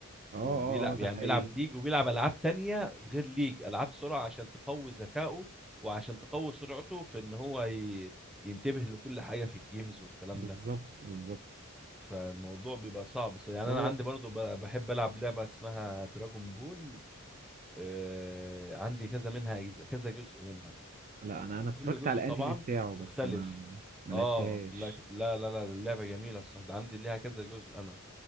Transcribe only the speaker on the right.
اه اه
اه ده
حقيقي
بالظبط
بالظبط
هو
لا انا انا اتفرجت
على
الانمي بتاعه بس
ما ما
لعبتهاش